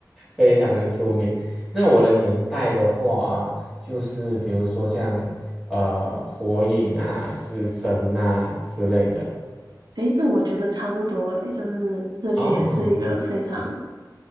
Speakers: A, in the centre; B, on the right.
A: 非常的出名。那我的年代的话啊就是比如说像呃火影啊、死神啊之类的，
B: 诶，那我觉得差不多诶，就是这些也是一个非常
A: 哦，